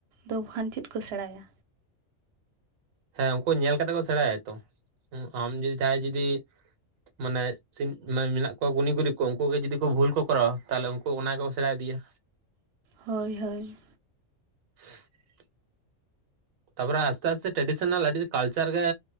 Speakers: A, on the right; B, on the right.
A: ᱫᱚ ᱵᱟᱠᱷᱟᱱ ᱪᱮᱫ ᱠᱚ ᱥᱮᱬᱟᱭᱟ?
B: ᱦᱮᱸ ᱩᱝᱠᱩ ᱦᱚᱸ ᱧᱮᱞ ᱠᱟᱛᱮ ᱠᱚ ᱥᱮᱬᱟᱭᱟ ᱛᱚ ᱟᱢ ᱡᱩᱫᱤ ᱡᱟᱦᱟᱸᱭ ᱡᱩᱫᱤ ᱢᱟᱱᱮ ᱥᱤᱴ ᱢᱟᱱᱮ ᱢᱮᱱᱟᱜ ᱠᱚᱣᱟ ᱜᱩᱱᱤ ᱜᱩᱨᱤᱵ ᱠᱚ ᱩᱝᱠᱩ ᱜᱮ ᱡᱩᱫᱤ ᱠᱚ ᱵᱷᱩᱞ ᱠᱚ ᱠᱚᱨᱟᱣᱟ, ᱛᱟᱦᱞᱮ ᱩᱝᱠᱩ ᱚᱱᱟ ᱜᱮᱠᱚ ᱥᱮᱬᱟ ᱤᱫᱤᱭᱟ᱾
A: ᱦᱳᱭ ᱦᱳᱭ᱾
B: <unintelligible> ᱛᱟᱯᱚᱨᱮ ᱟᱥᱛᱮ ᱟᱥᱛᱮ ᱴᱨᱮᱰᱤᱥᱮᱱᱟᱞ ᱟᱹᱰᱤ ᱠᱟᱞᱪᱟᱨ ᱜᱮ